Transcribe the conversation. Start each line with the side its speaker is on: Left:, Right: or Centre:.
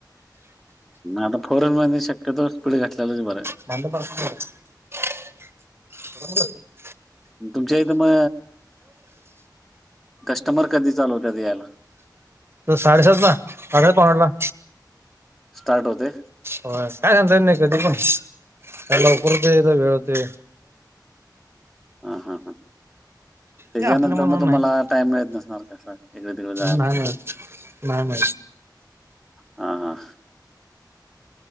Centre: आता फोर व्हीलर मध्ये शक्यतो स्पीड घातलेलंच बरं.
Right: <unintelligible> प्रश्न.
Centre: तुमच्या इथ मग कस्टमर कधी चालू होतात यायला.
Right: आत साडेसात ल साडेआठ पावणेनव का
Centre: स्टार्ट होते.
Right: हो काय सांगता येत नाही कधी
Centre: हां,
Right: पण, तकधी लवकर होतय कधी वेळ होतय
Centre: हा हा हा. त्याच्यानंतर
Right: ते आपल्या मनावर
Centre: मग तुम्हाला
Right: नाही
Centre: टाइम मिळत नसणार, कसं एक तिकडे जायला.
Right: नाही मिळत नाही म-
Centre: हा हा.